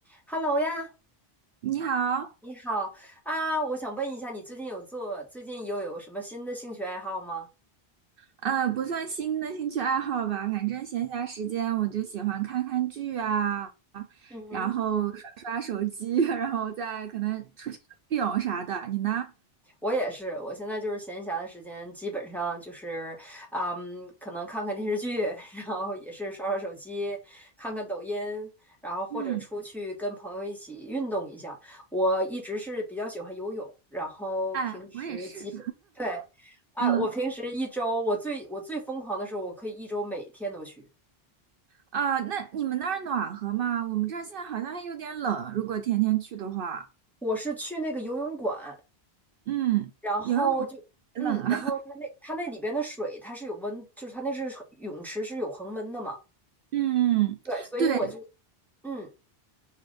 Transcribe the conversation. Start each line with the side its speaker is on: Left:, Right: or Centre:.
Centre: Hello 呀，
Right: 你好，
Centre: 你好啊！我想问一下，你最近有做，最近又有什么新的兴趣爱好吗？
Right: 呃，不算新的兴趣爱好吧，反正闲暇时间我就喜欢看看剧啊，
Centre: 嗯哼，
Right: 然后刷刷手机，<laughs> 然后再可能出去游泳啥的。你呢？
Centre: 我也是，我现在就是闲暇的时间，基本上就是，啊嗯，可能看看电视剧，<laughs> 然后也是刷刷手机，看看抖音，然后或者出去跟朋友一起运动一下。
Right: 嗯，
Centre: 我一直是比较喜欢游泳，然后平时基本，
Right: 哎，我也是。
Centre: 对，哎，
Right: 嗯，
Centre: 我平时一周，我最我最疯狂的时候，我可以一周每天都去。
Right: 啊，那你们那儿暖和吗？我们这儿现在好像还有点冷，如果天天去的话，
Centre: 我是去那个游泳馆，
Right: 嗯，
Centre: 然后就，
Right: 游泳馆也冷啊。
Centre: 嗯，然后它那它那里边的水它是有温，就是它那是水泳池是有恒温的嘛，
Right: <laughs> 嗯，
Centre: 对，所以我就，
Right: 对，
Centre: 嗯，